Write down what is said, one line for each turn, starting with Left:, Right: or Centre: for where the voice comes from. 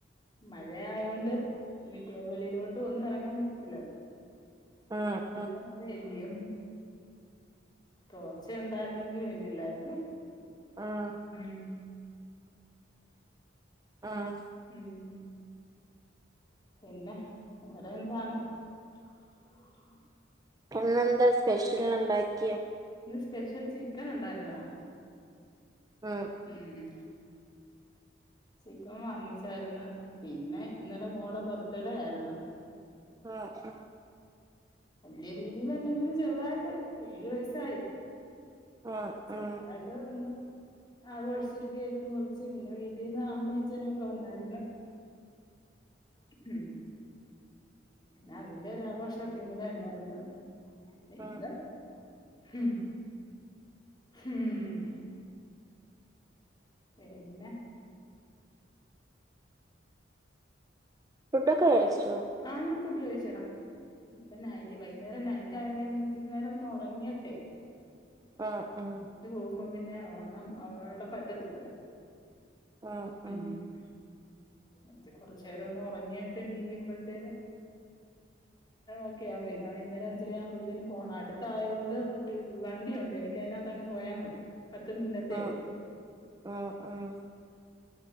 Left: മഴയായൊണ്ട് വെളിയിലോട്ട് ഒന്നു ഇറങ്ങാൻ പറ്റത്തില്ലല്ലോ.
Right: ആഹ്.
Left: ഇവിടെ മഴയല്ലിയോ തോർച്ച ഉണ്ടായിരുന്നെങ്കി വേണ്ടില്ലായിരുന്നു.
Right: ആഹ്.
Left: ഉം
Right: ആഹ്.
Left: ഉം പിന്നെ വേറെ എന്താണ്. ഉ
Right: ഇന്നെന്താ സ്പെഷ്യല്ണ്ടാക്കിയെ?
Left: ഇന്ന് സ്പെഷ്യൽ ചിക്കനുണ്ടായിരുന്നടാ,
Right: ആഹ്,
Left: ഉം ചിക്കൻ വാങ്ങിച്ചായിരുന്നു പിന്നെ ഇന്നലെ മോടെ ബർത്ത്ഡേ ആയിരുന്നു,
Right: ആഹ്,
Left: ഉം വല്യ രീതിയിലല്ലെങ്കിലും ചെറുതായിട്ട് ഏഴു വയസ്സായി,
Right: ഉം
Left: ചെറുതായിട്ട്
Right: ഉം
Left: ഒന്ന്, ആഘോഷിച്ച് ഒരു കേക്ക് മുറിച്ച് പിന്നെ വീട്ടീന്ന് അമ്മേ അച്ഛനൊക്കെ വന്നായിരുന്നു, ഉം പിന്ന അതിന്റെ ഒര് ആഘോഷവൊക്കെ ഇന്നലെ ഒണ്ടായിരുന്നു, ഇന്ന്
Right: ഉം
Left: ഹും, ഹും പിന്നെ?
Right: ഫുഡൊക്കെ കഴ്ച്ചോ?
Left: ആഹ് ഞാൻ ഫുഡ്‌ കഴിച്ചെടാ, ഇപ്പൊ ന വൈകുന്നേരം നൈ റ്റ് ആയോണ്ട് ഞാൻ വിചാരിച്ച് ഇച്ചിരി നേരമൊന്ന് ഒറങ്ങിയിട്ടെ,
Right: ആഹ് ആഹ്
Left: ട്ട് പോകുമ്പം പിന്നെ ഒറങ്ങാൻ അവിടെ പറ്റത്തില്ലല്ലോ?
Right: ആഹ് ആഹ്
Left: ഉം എന്ന് വെച്ച് കൊറച്ചേരം ഒന്ന് ഒറങ്ങിയിട്ട് എണ്ണീക്കുമ്പഴ്ത്തേന്, ഓക്കെ ആഹ് പിന്നെ വൈന്നേരം അഞ്ചരാ ആകുമ്പോഴ്‌ത്തേന് പോണം അടുത്തായോണ്ട് ടൂ വീ വണ്ടിയുണ്ട് എനിക്ക് അതിനാത്തങ്ങ് പോയാ മതി പത്ത് മിന്ട്ടത്തേ
Right: ആഹ്
Left: ഒള്ളൂ
Right: ആഹ് ആഹ്